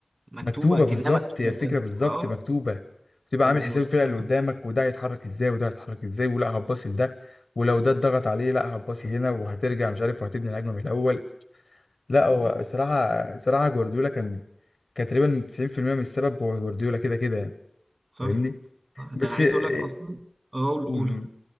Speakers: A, on the right; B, on the left.
A: مكتوبة
B: مكتوبه
A: كأنها
B: بالظبط
A: مكتوبة
B: هي الفكره
A: بجد
B: بالظبط
A: اه
B: مكتوبه بتبقى
A: وبالمسطرة
B: عامل حساب الفرقه اللي قدامك وده هيتحرك ازاي وده هيتحرك ازاي ولا هتباصي
A: صح
B: لده ولو ده اتضغط عليه لا هتباصي هنا وهترجع مش عارف وهتبني الهجمه من الاول لا هو
A: مم.
B: صراحه صراحه جوارديولا كان كان تقريبا 90% من السبب هو جوارديولا كده كده يعني
A: صح
B: فاهمني
A: صح.
B: بس
A: ده انا عايز
B: قول-
A: اقول لك اصلا اه والاولى
B: قول.